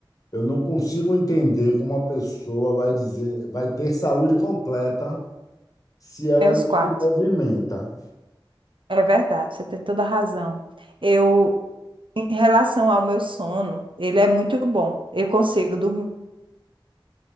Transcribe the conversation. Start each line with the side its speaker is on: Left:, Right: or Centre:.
Left: Eu não consigo entender como uma pessoa vai dizer, vai ter saúde completa se ela
Right: É os
Left: não se
Right: quatro.
Left: movimenta.
Right: É verdade, você tem toda a razão. Eu, em relação ao meu sono, ele é muito bom. Eu consigo dormir.